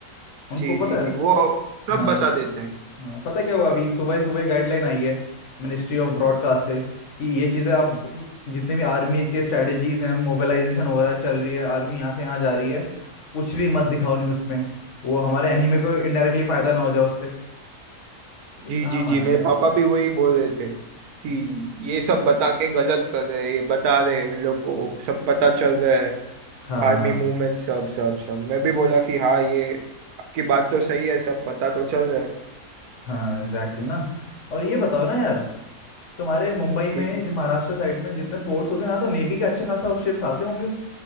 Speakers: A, on the left; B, on the right.
A: उनको
B: जी
A: पता
B: जी जी
A: है
B: वो सब
A: हाँ
B: बता
A: बत,
B: देते हैं
A: हाँ पता क्या हुआ अभी सुबह ही सुबह ही गाइडलाइन आई है मिनिस्ट्री ऑफ ब्रॉडकास्ट से कि ये चीज़ें आप ब- जितने भी आर्मी के स्ट्रेटजीज हैं मोबिलाइजेशन हो रहा है चल रही है आर्मी यहाँ से यहाँ जा रही है कुछ भी मत दिखाओ न्यूज़ में वो हमारे एनिमी को इनडायरेक्टली फायदा ना हो जाए उससे लेकिन
B: जी
A: कहाँ
B: जी
A: मानते
B: जी मेरे
A: हैं
B: पापा भी वही बोल रहे थे कि ये सब बता के गलत कर रहे हैं ये बता रहे हैं लोग को सब पता चल रहा है
A: हाँ
B: आर्मी
A: हाँ
B: मूवमेंट सब सब सब मैं भी बोला कि हाँ ये आपकी बात तो सही है सब पता तो चल रहा है
A: हाँ एग्जैक्टली ना और ये बताओ ना यार तुम्हारे मुंबई में
B: ठीक
A: जो महाराष्ट्र साइड में जितने पोर्ट्स होते हैं यहाँ तो नेवी के अच्छे खासा शिप्स आते होंगे